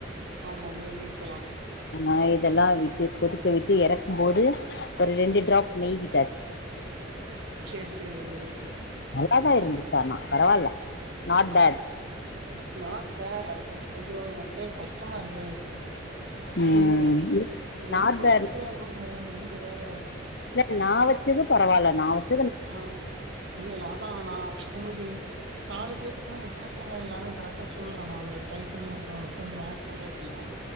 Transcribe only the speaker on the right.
ஆமா மேபி இருக்கலாம்
சேரி சேரி சேரி
நாட் பேடா அய்யோ எனக்கு கேக்க கஷ்டமா இருக்கே
ங்க வேற ரொம்ப
சூப்பரா இருக்குங்க நீங்க வேற
ஆஹ் அய்ய இல்ல அதான் நா உங்களுக்கு நாலு பேத்துக்குன்னா எத்தன தேங்கா எல்லாமே கரெக்டா சொல்ற நா உங்களுக்கு டைப் பண்ணி அப்புறம் சொல்றேன் பண்ற